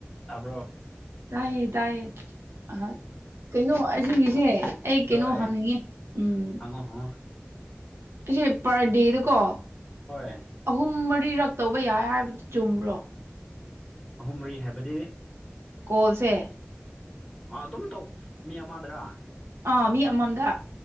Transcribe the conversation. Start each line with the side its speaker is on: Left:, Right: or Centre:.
Centre: ꯇꯕ꯭ꯔꯕ
Right: ꯇꯥꯏꯌꯦ ꯇꯥꯏꯌꯦ ꯑ ꯀꯩꯅꯣ ꯑꯁꯤꯒꯤꯁꯦ ꯑꯩ ꯀꯩꯅꯣ
Centre: ꯍꯣꯏ
Right: ꯍꯪꯅꯤꯡꯉꯦ ꯎꯝ
Centre: ꯍꯪꯉꯣ ꯍꯪꯉꯣ
Right: ꯑꯩꯁꯦ ꯄꯔꯗꯦꯗꯀꯣ
Centre: ꯍꯣꯏ
Right: ꯑꯍꯨꯝ ꯃꯔꯤꯔꯛ ꯇꯧꯕ ꯌꯥꯏ ꯍꯥꯏꯕꯗꯨ ꯆꯨꯝꯕ꯭ꯔꯣ
Centre: ꯑꯍꯨꯝ ꯃꯔꯤ ꯍꯥꯏꯕꯗꯤ
Right: ꯀꯣꯜꯁꯦ
Centre: ꯑꯥ ꯑꯗꯨꯝ ꯇꯧ ꯃꯤ ꯑꯃꯗ꯭ꯔꯥ
Right: ꯑꯥ ꯃꯤ ꯑꯃꯃꯝꯗ